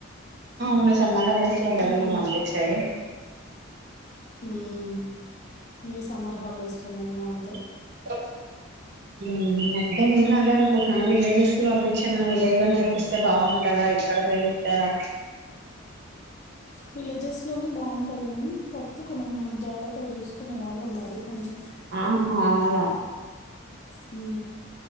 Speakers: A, on the right; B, on the left.
A: ఉన్న సమ్మర్ హాలిడేస్లోనే కదా
B: మ్మ్.
A: మనం పంపించేది
B: ఉమ్ ఇ సమ్మర్ హాలిడేస్లో న ఇ అంతే
A: <inaudible> అంటే నేను అదే అనుకుంటున్నా విలేజెస్ కి పంపించి మన విలేజ్ లో నేర్పిస్తే బాగుంటందా ఇక్కడ నేర్పిస్తారా
B: విలేజెస్ లోనే బాగుంటది గాని తప్ప అ కొ మనకు జాగ్రత్తగా చూసుకునే వాళ్ళు ఉండాలి
A: <inaudible>
B: కొంచెం హ